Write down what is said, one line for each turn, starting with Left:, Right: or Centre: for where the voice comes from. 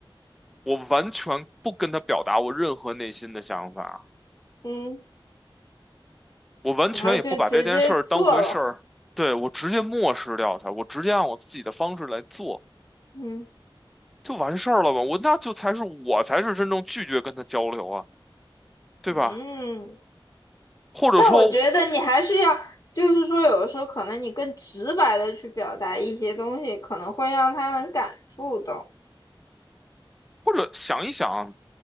Centre: 我完全不跟他表达我任何内心的想法，
Left: 嗯，
Centre: 我完全也不把这件事儿当回事儿，
Left: 然后就直接做了。
Centre: 对，我直接漠视掉他，我直接按我自己的方式来做。
Left: 嗯
Centre: 就完事儿了吧？我那就才是我才是真正拒绝跟他交流啊，对吧？
Left: 嗯。
Centre: 或者说，
Left: 但我觉得你还是要，就是说，有的时候可能你更直白的去表达一些东西，可能会让他很感触到。
Centre: 或者想一想，